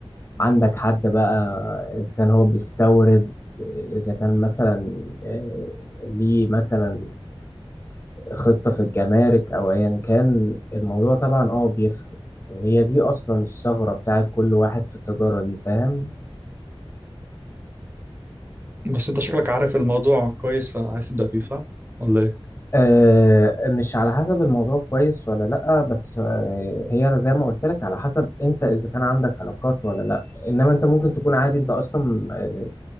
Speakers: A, on the left; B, on the right.
A: عندك حد بقى اذا كان هو بيستورد اذا كان مثلا آه، ليه مثلا خطة في الجمارك او ايا كان الموضوع طبعا اه بيفرق هي دي اصلا الثغرة بتاعت كل واحد في التجارة دي فاهم
B: بس أنت شكلك عارف الموضوع كويس فعايز تبدأ فيه صح؟ ولا إيه؟
A: آه، مش على حسب الموضوع كويس ولا لأ بس آه، هي أنا زي ما قلت لك على حسب أنت إذا كان عندك علاقات ولا لأ إنما أنت ممكن تكون عادي أنت أصلا آه،